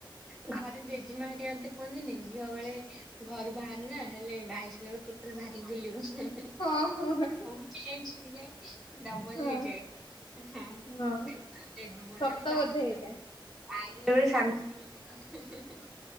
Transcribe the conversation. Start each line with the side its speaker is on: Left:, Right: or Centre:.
Centre: ଘରେ ଜେଜେମା ହାରିକା ମତେ କୁହନ୍ତିନି ଝିଅ ବେଳେ ଘରୁ ବାହାରେନା ହେଲେ ବାହାହେଇସାରିଲା ପରେ ଭାରି ବୁଲିବ ସେ
Left: ହଁ ହଁ।
Centre: ହଉଚି ଏମିତି <unintelligible> ଡବଲ
Left: ହଁ
Centre: ହେଇଯାଏ
Left: ହଁ
Centre: ବେ ବୁଲୁନି
Left: ସତ
Centre: ବାହା
Left: ବୋଧେ
Centre: ହେଇ ସାଇଲା
Left: ଏଇଟା
Centre: ପରେ ଆଇ <unintelligible>